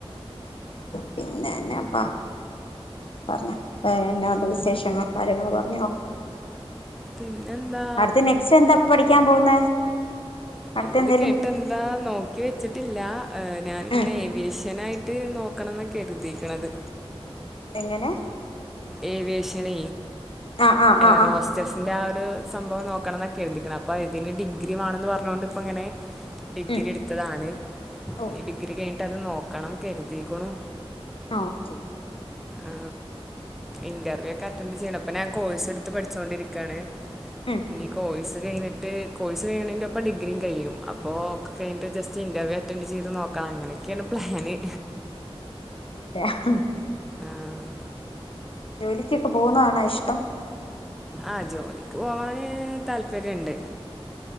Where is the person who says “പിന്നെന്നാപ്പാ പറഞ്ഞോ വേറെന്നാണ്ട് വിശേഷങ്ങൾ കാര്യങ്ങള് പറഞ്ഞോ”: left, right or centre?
Left